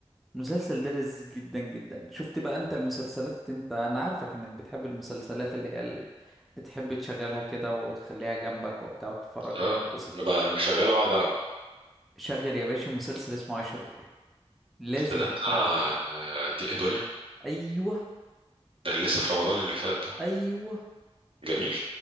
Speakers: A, in the centre; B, on the right.
A: المسلسل ده لذيذ جدا جدا شفت بقى انت المسلسلات انت انا عارفك انك بتحب المسلسلات اللي هي ال- اللي تحب تشغلها كده وتخليها جنبك وبتاع وتتفرج
B: آه
A: وتتبسط
B: أنا بقى أنا مش شغال أقعد ألعب
A: شغل يا باشا مسلسل اسمه عايشة الدور لازم
B: ده ده
A: تتفرج
B: بتاع آه،
A: عليه
B: دي دنيا
A: ايوه
B: ده اللي لسه في رمضان اللي فات ده
A: ايوه
B: جميل